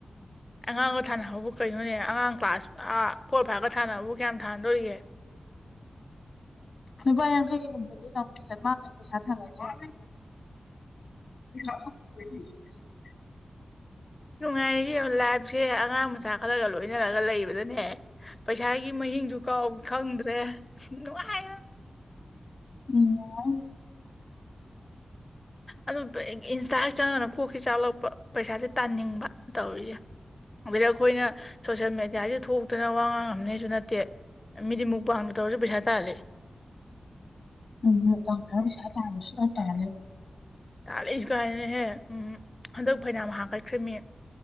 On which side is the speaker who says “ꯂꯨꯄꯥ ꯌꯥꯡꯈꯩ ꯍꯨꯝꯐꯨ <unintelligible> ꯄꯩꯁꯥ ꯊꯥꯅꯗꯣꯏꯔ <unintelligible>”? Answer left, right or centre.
Left